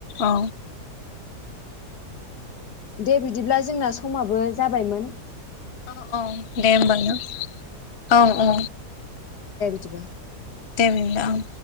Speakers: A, on the left; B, on the left.
A: औ
B: दे बिदिब्ला जोंना समाबो जा बायमोन
A: अ अ दे होमबा ना औ औ
B: दिबा
A: दे ओमबा ओं